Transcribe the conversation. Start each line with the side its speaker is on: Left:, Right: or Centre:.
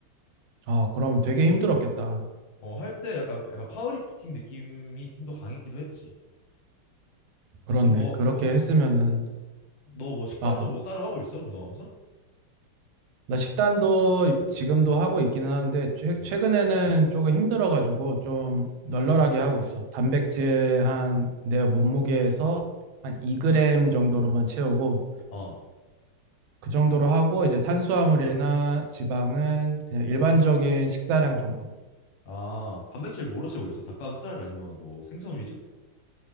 Right: 아, 그러면 되게 힘들었겠다.
Left: 어, 할 때 약간 약간 파워리프팅 느낌이 좀 더 강했기도 했지.
Right: 그렇네.
Left: 그럼 너,
Right: 그렇게
Left: 어,
Right: 했으면은
Left: 너 뭐 식단도
Right: 아, 아,
Left: 뭐 따로 하고 있어? 운동하면서?
Right: 나 식단도 지금도 하고 있기는 한데 최,
Left: 응,
Right: 최근에는 조금 힘들어가지고 좀 널널하게 하고 있어. 단백질 한
Left: 응.
Right: 내 몸무게에서 한 2g 정도로만 채우고
Left: 어,
Right: 그 정도로 하고 이제 탄수화물이나 지방은 그냥 일반적인 식사량 정도.
Left: 아, 단백질 뭐로 채우고 있어? 닭가슴살 아니면 뭐 생선 위주?